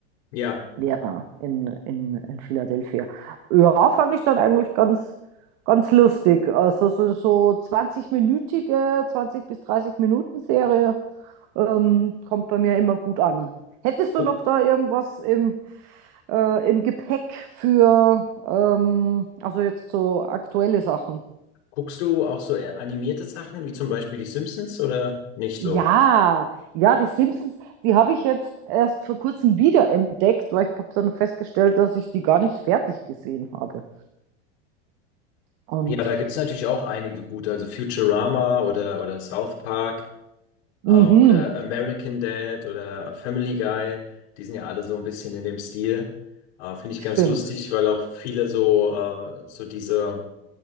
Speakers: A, on the left (about 65°); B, on the right (about 50°).
A: Ja.
B: Ja, in, in, in Philadelphia. Ja, fand ich dann eigentlich ganz, ganz lustig. Also so, so zwanzig-minütige, zwanzig minütige 20 bis 30 Minuten Serie ähm, kommt bei mir immer gut an. Hättest du
A: Guck,
B: noch da irgendwas im, äh, im Gepäck für, ähm, also jetzt so aktuelle Sachen?
A: guckst du auch so eher animierte Sachen, wie zum Beispiel die Simpsons oder nicht
B: Ja,
A: so?
B: ja, die Simpsons, die habe ich jetzt erst vor kurzem wiederentdeckt, weil ich habe dann festgestellt, dass ich die gar nicht fertig gesehen habe. Und
A: Ja, da gibt's natürlich auch einige gute, also Futurama oder, oder South Park
B: Mhm,
A: ähm, oder American Dad oder äh, Family Guy. Die sind ja alle so ein bisschen in dem Stil. Äh, finde ich
B: stimmt.
A: ganz lustig, weil auch viele so, äh, so diese.